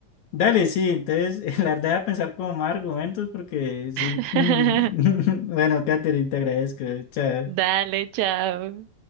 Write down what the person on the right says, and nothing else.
<laughs>
Dale, chao.